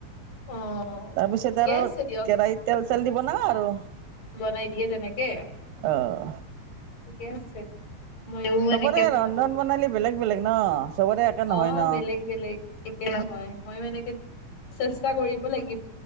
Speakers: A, on the left (about 75°); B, on the right (about 85°).
A: অ
B: তাৰ পিছত
A: ঠিকে
B: আৰু
A: আছে দিয়ক
B: কেৰাহীত তেল চেল দি বন নাও আৰু।
A: বনাই দিয়ে তেনেকে,
B: অঁ
A: ঠিকে আছে। ময়ো
B: চবৰে
A: এনেকে বনাব,
B: ৰন্ধন প্ৰণালী বেলেগ বেলেগ ন চবৰে একে
A: অ',
B: নহয় ন
A: বেলেগ বেলেগ একে নহয় ময়ো এনেকে, চেষ্টা কৰিব লাগি